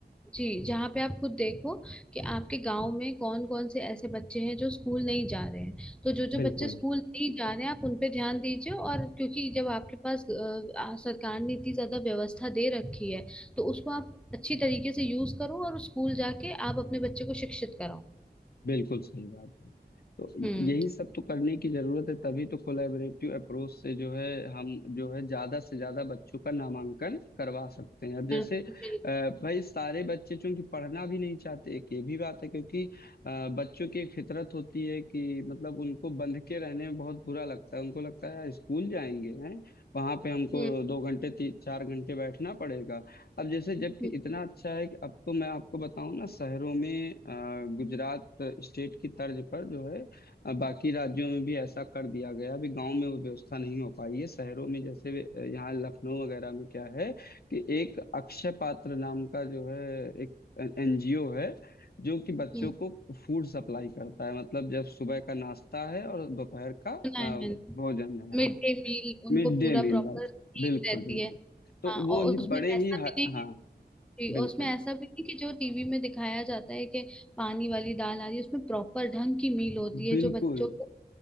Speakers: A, in the centre; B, on the left.
A: जी जहाँ पे आप खुद देखो कि आपके गांव में कौन कौन से ऐसे बच्चे हैं जो स्कूल नहीं जा रहे हैं तो जो जो
B: बिल्कुल
A: बच्चे स्कूल नहीं जा रहे हैं आप उन पे ध्यान दीजिए और क्योंकि जब आपके पास अ, आ, सरकार ने इतनी ज्यादा व्यवस्था दे रखी है तो उसको आप अच्छी तरीके से यूज करो और स्कूल जाके आप अपने बच्चे को शिक्षित कराओ
B: बिल्कुल सही बात है तो
A: हम्म
B: यही सब तो करने की जरूरत है तभी तो कोलैबोरेटिव अप्रोच से जो है हम जो है ज्यादा से ज्यादा बच्चों का नामांकन करवा सकते हैं अब जैसे
A: और फिर-
B: अ, भाई सारे बच्चे चूंकि पढ़ना भी नहीं चाहते एक ये भी बात है क्योंकि अ, बच्चों की एक फितरत होती है कि मतलब उनको बंध के रहने में बहुत बुरा लगता है उनको लगता है यार स्कूल जाएंगे हैं वहां पे हमको
A: हम्म
B: दो घंटे तीन चार घंटे बैठना पड़ेगा अब जैसे जबकि
A: हम्म
B: इतना अच्छा है कि अब तो मैं आपको बताऊं ना शहरों में अ, गुजरात स्टेट की तर्ज पर जो है अ, बाकी राज्यों में भी ऐसा कर दिया गया अभी गांव में वो व्यवस्था नहीं हो पाई है शहरों में जैसे अ, यहाँ लखनऊ वगैरह में क्या है कि एक अक्षय पात्र नाम का जो है एक एनजीओ है जो कि बच्चों
A: हम्म।
B: को फूड सप्लाई करता है मतलब जब सुबह का नाश्ता है और दोपहर का अ,
A: सुना है मैंने
B: भोजन है
A: मिड
B: हाँ
A: डे मील उनको
B: Mid day
A: पूरा
B: meal
A: प्रॉपर थीम
B: बिल्कुल
A: रहती
B: बिल्कुल
A: है
B: तो
A: हाँ
B: वो
A: और
B: ही
A: उसमें
B: बड़े
A: ऐसा
B: ही
A: भी
B: हाँ
A: नहीं जी, और
B: बिल्कुल
A: उसमें ऐसा भी नहीं कि जो टीवी में दिखाया जाता है कि पानी वाली दाल आ रही है उसमें प्रॉपर ढंग की मील होती है
B: बिल्कुल
A: जो बच्चों को